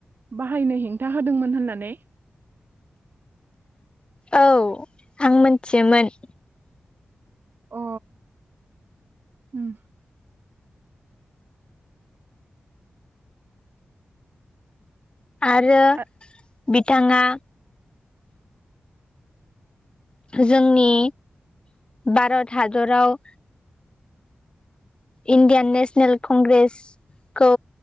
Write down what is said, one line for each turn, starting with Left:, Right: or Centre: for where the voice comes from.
Right: बाहायनो हेंथा होदोंमोन होननानै
Left: औ आं मोनथियोमोन।
Right: अ ओम।
Left: आरो
Right: आ
Left: बिथां आ जोंनि भारत हादराव इण्डियान नेशनेल कंग्रेसखौ